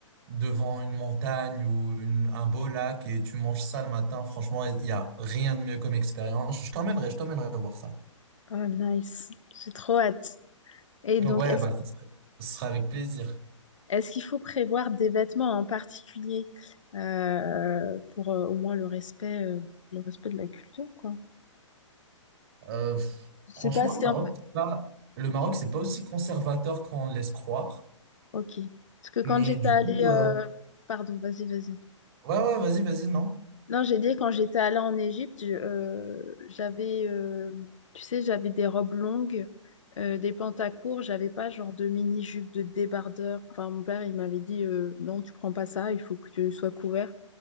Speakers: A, on the right (about 50°); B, on the left (about 70°).
A: devant une montagne ou une- un beau lac et tu manges ça le matin, franchement, il n'y a rien de mieux comme expérience. Je t'emmènerai, je t'emmènerai voir ça.
B: oh, nice. J'ai trop hâte. Et
A: Ouais,
B: donc, est-ce
A: bah, ce serait, ce serait avec plaisir.
B: Est-ce qu'il faut prévoir des vêtements en particulier euh, pour euh, au moins le respect, euh, le respect de la culture, quoi?
A: Euh, f-
B: Je sais
A: franchement,
B: pas si
A: le Maroc,
B: en fait.
A: c'est pas, le Maroc,
B: Ouais,
A: c'est pas aussi conservateur qu'on le laisse croire.
B: Ok. Parce que quand
A: Mais
B: j'étais
A: du
B: allée,
A: coup,
B: euh,
A: euh,
B: pardon, vas-y, vas-y.
A: ouais, ouais, vas-y, vas-y, non.
B: Non, j'ai dit quand j'étais allée en Égypte, je- euh, j'avais, euh, tu sais, j'avais des robes longues, euh, des pantacourts, j'avais pas genre de mini-jupe, de débardeur. Enfin, mon père, il m'avait dit, euh, non, tu prends pas ça, il faut que tu sois couverte.